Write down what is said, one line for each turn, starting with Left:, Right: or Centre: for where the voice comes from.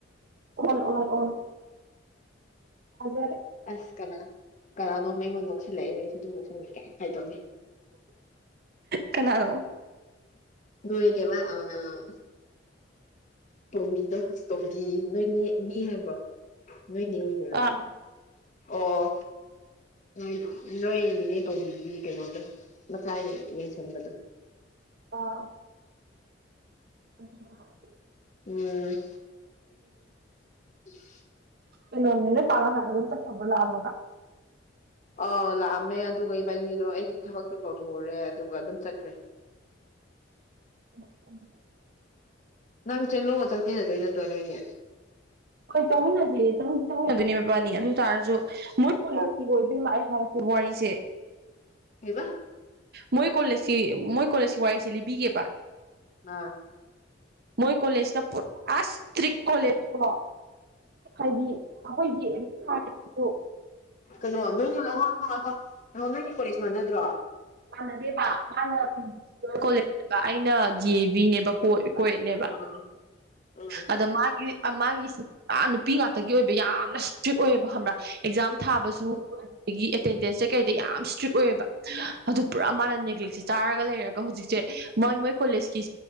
Right: ꯑꯣ ꯑꯣꯟ ꯑꯣ ꯐꯖꯔꯦ <inaudible>
Left: ꯑꯁ ꯀꯅꯥ ꯀꯅꯥꯅꯣꯝ ꯑꯩꯉꯣꯟꯗ ꯅꯣꯛꯁꯤꯜꯂꯛꯑꯦ ꯑꯩꯁꯨ ꯑꯗꯨꯝ ꯅꯣꯛꯁꯤꯟꯂꯦ ꯐꯒꯤ ꯇꯧꯅꯤ
Right: ꯀꯅꯥꯅꯣ
Left: ꯅꯣꯏꯒꯤ ꯀꯩꯕ ꯑꯥ ꯇꯣꯝꯕꯤꯗꯣ ꯍꯧꯖꯤꯛ ꯇꯣꯝꯕꯤ ꯅꯣꯏꯅꯦ ꯅꯦ ꯍꯥꯏꯕ꯭ꯔꯣ ꯅꯣꯏꯅꯦ ꯑꯣ
Right: ꯑꯥ
Left: ꯅꯣꯏ ꯅꯣꯏ ꯅꯦꯅꯦ ꯇꯣꯟꯕꯤꯒꯤ ꯀꯩꯅꯣꯗꯣ ꯃꯆꯥꯒꯤ ꯌꯦꯡꯁꯤꯟꯕꯗꯣ
Right: ꯑꯣ ꯎꯝ <inaudible>
Left: ꯎꯝ <unintelligible>
Right: ꯀꯩꯅꯣꯅꯦ ꯅꯣꯏ ꯄꯥ ꯅꯍꯥꯟ ꯑꯗꯨꯝ ꯆꯠꯈ꯭ꯔꯕꯣ ꯂꯥꯛꯑꯝꯃꯒ
Left: ꯑ ꯂꯥꯛꯑꯝꯃꯦ ꯑꯗꯨꯒ ꯏꯕꯥꯅꯤꯗꯣ ꯑꯩꯒꯤ ꯊꯕꯛꯇꯣ ꯇꯧꯊꯣꯛꯎꯨꯔꯦ ꯑꯗꯨꯒ ꯑꯗꯨꯝ ꯆꯠꯈ꯭ꯔꯦ
Right: ꯎ ꯎꯝ <inaudible>
Left: ꯅꯪ ꯆꯥꯅꯨꯒ ꯆꯪꯃꯤꯟꯅꯗꯣꯏ ꯅꯠꯇ꯭ꯔꯣ ꯅꯣꯏꯅꯤ
Right: ꯍꯣꯏ ꯆꯪꯃꯤꯟꯅꯖꯦ ꯆꯪꯗꯤ ꯆꯪꯃꯤꯟꯅꯗꯣꯏꯅꯦ ꯢꯕꯥꯅꯤ ꯑꯗꯨ ꯇꯥꯔꯁꯨ ꯃꯣꯏ ꯀꯨꯂꯥꯞ ꯀꯤꯗꯣ ꯏꯕꯦꯝꯃ ꯑꯩ ꯍꯥꯏꯔꯛꯀꯦꯕ ꯋꯥꯔꯤꯁꯦ
Left: ꯀꯩꯕꯥ
Right: ꯃꯣꯏ ꯀꯣꯂꯦꯖꯀꯤ ꯃꯣꯏ ꯀꯣꯂꯦꯖꯀꯤ ꯋꯥꯔꯤꯁꯤ ꯂꯤꯕꯤꯒꯦꯕ
Left: ꯑꯥ
Right: ꯃꯣꯏ ꯀꯣꯂꯦꯖꯇ ꯄꯨꯔꯥ ꯁꯇ꯭ꯔꯤꯛ ꯀꯣꯂꯦꯖ ꯀꯣ ꯍꯥꯏꯗꯤ ꯑꯩꯈꯣꯏꯒꯤ ꯑꯦꯃꯤꯀꯔꯥꯠ ꯗꯨ
Left: ꯀꯩꯅꯣ ꯅꯣꯏ ꯂꯧꯑꯣꯏ <inaudible> ꯉꯥꯏꯈꯣ ꯉꯥꯏꯈꯣ ꯉꯥꯏꯈꯣ ꯅꯣꯏ ꯑꯅꯤ ꯀꯣꯂꯦꯖ ꯃꯥꯟꯅꯗ꯭ꯔꯣ ꯑꯣ
Right: ꯃꯥꯟꯅꯗꯦꯕ ꯃꯥꯅ ꯀꯣꯂꯦꯖꯅꯦꯕ ꯑꯩꯅ ꯗꯤ ꯑꯦꯕꯤꯅꯦꯕ ꯀꯣꯏ ꯀꯣꯏꯠꯅꯦꯕ
Left: ꯑꯥ ꯎꯝ
Right: ꯑꯗ ꯃꯥꯒꯤ ꯃꯥꯒꯤꯁꯨ ꯅꯨꯄꯤ ꯉꯥꯛꯇꯒꯤ ꯑꯣꯏꯕ ꯌꯥꯝꯅ ꯏꯁꯇ꯭ꯔꯤꯛ ꯑꯣꯏꯌꯦꯕ ꯈꯪꯕ꯭ꯔꯥ ꯑꯦꯛꯖꯥꯝ ꯊꯥꯕꯁꯨ ꯑꯗꯒꯤ ꯑꯦꯇꯦꯟꯗꯦꯟ ꯆꯦꯛ ꯀꯩꯗ ꯌꯥꯝ ꯏꯁꯇ꯭ꯔꯤꯛ ꯑꯣꯏꯑꯕ ꯑꯗꯨ ꯄꯨꯔꯥ ꯃꯥꯅ ꯅꯦꯒ꯭ꯂꯦꯛꯁꯦ ꯆꯥꯔꯒ ꯂꯩꯔꯒ ꯍꯧꯖꯤꯛꯁꯦ ꯃꯣꯏ ꯃꯣꯏ ꯀꯣꯂꯦꯖꯀꯤ